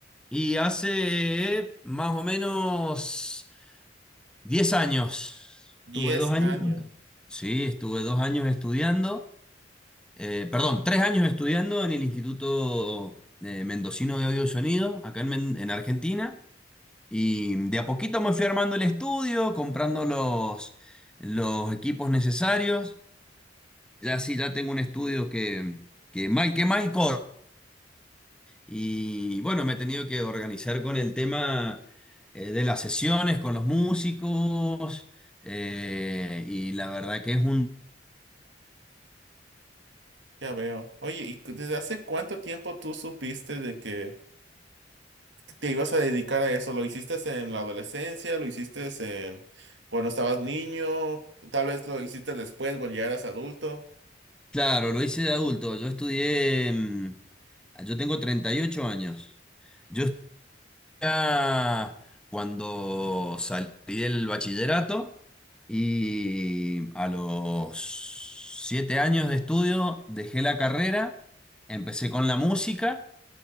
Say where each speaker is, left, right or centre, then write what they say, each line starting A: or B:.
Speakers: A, in the centre; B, on the right.
A: Y hace más o menos 10 años,
B: Diez
A: tuve dos años,
B: años,
A: sí, estuve dos años estudiando, eh, perdón, tres años estudiando en el Instituto eh, Mendocino de Audio y Sonido, acá en Men- en Argentina. Y de a poquito me fui armando el estudio, comprando los, los equipos necesarios. Ya sí, ya tengo un estudio que, que mal que mal corre. Y bueno, me he tenido que organizar con el tema eh, de las sesiones, con los músicos. eh, y la verdad que es un...
B: ya veo. Oye, ¿y cu- desde hace cuánto tiempo tú supiste de que te ibas a dedicar a eso? ¿Lo hiciste en la adolescencia? ¿Lo hiciste en cuando estabas niño? Tal vez lo hiciste después, cuando ya eras adulto.
A: Claro, lo hice de adulto. Yo estudié... mm, Yo tengo 38 años. Yo ya cuando salí del bachillerato y a los siete años de estudio dejé la carrera, empecé con la música